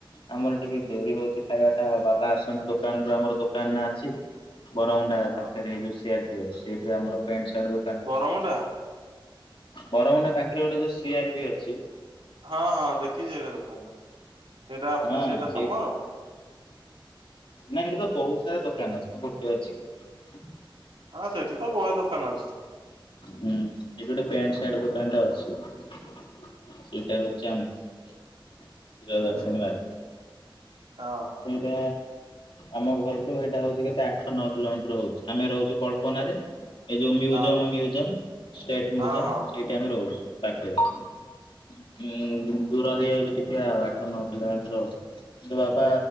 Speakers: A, on the left; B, on the right.
A: ଆମର ଟିକେ ଡେରି ହଉଛି ଖାଇବା ଟା ବାବା ଆସନ୍ତି ଦୋକାନରୁୁ ଆମର ଦୋକାନ ନା ଅଛି। ବରମୁଣ୍ଡା
B: ହଁ
A: ପାଖରେ ହେଇଯୋଉ ସିଆରପିଓ ସେଇଠି ଆମର ପ୍ୟାଣ୍ଟ ସାର୍ଟ ଦୋକାନ।
B: କଁ ଟା।
A: ବରମୁଣ୍ଡା ପାଖରେ ଗୋଟେ ଯୋଉ ସିଆର ପି ଅଛି।
B: ହଁ ହଁ ଦେଖିଛି ସେଇଟା ଦୋକାନ ସେଇଟା
A: ହଁ
B: ସେଇଟା
A: ସେଇ
B: ତମର।
A: ନା ଏଇଠି ତ ବହୁତ ସାରା ଦୋକାନ ଅଛି କଣ ଗୋଟେ ଅଛି କି?
B: ହଁ ସେଠି ତ ବହେ ଦୋକାନ ଅଛି।
A: ହୁଁ ସେଇଠି ଗୋଟେ ପ୍ୟାଣ୍ଟ, ସାର୍ଟ ଦୋକାନ ଟା ଅଛି ସେଇଟା
B: ହୁଁ ହୁଁ
A: ହଉଛି ଆମ ପ୍ରିୟଦଶ୍ରୀନି ମାର୍କେଟ।
B: ଅ ହଁ।
A: ଏଟା ଆମ ଘରଠୁ ହେଟା ହଉଛି କେତେ ଆଠହ ନଅ କିଲୋମିଟର ହଉଛି ଆମେ ରହୁଛୁ କଳ୍ପନାରେ। ଏଇ ଯୋଉ ମିଉଜିଅମ
B: ହଁ
A: ମିଉଜିଅମ ଷ୍ଟେଟ ମିଉଜିଅମ
B: ହଁ ହଁ।
A: ସେଇଠି ଆମେ ରହୁଛ ପାଖରେ। ଉଁ
B: ହୁଁ
A: ଦୂର
B: ହୁଁ
A: ହେଇଯାଉଛି ଟିକେ ଆଉ ଆଠ ନଅ କିଲୋମିଟର ସେ ବା